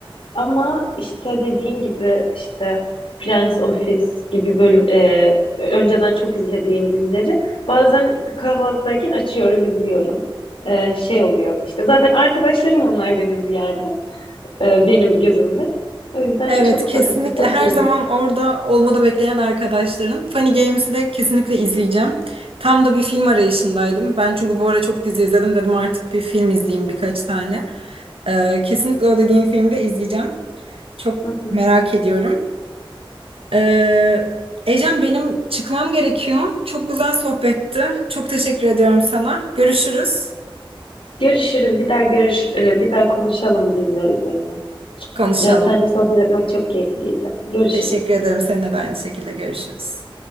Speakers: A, on the left; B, on the right.
A: ama işte dediğin gibi işte Friends Office gibi bölüm e, önceden çok izlediğim dizileri bazen kahvaltıdayken açıyorum izliyorum. Ee, şey oluyor işte zaten arkadaşlarım onlar benim bir yerde. Ee, benim gözümde. O yüzden
B: Evet
A: çok
B: kesinlikle
A: akıcı, akıyorlar.
B: her zaman orada olmadı bekleyen arkadaşların. Funny Games'i de kesinlikle izleyeceğim. Tam da bir film arayışındaydım. Ben çünkü bu ara çok dizi izledim dedim artık bir film izleyeyim birkaç tane. Ee, kesinlikle o dediğin filmi de izleyeceğim. Çok
A: Hı hı.
B: merak ediyorum. Ee, Ecem benim çıkmam gerekiyor. Çok güzel sohbetti. Çok teşekkür ediyorum sana. Görüşürüz.
A: Görüşürüz. Bir daha görüş, e, bir daha konuşalım diziler üzerine.
B: Konuşalım.
A: E, Seninle sohbet etmek çok keyifliydi. Görüşürüz.
B: Teşekkür ederim. Seninle de aynı şekilde görüşürüz.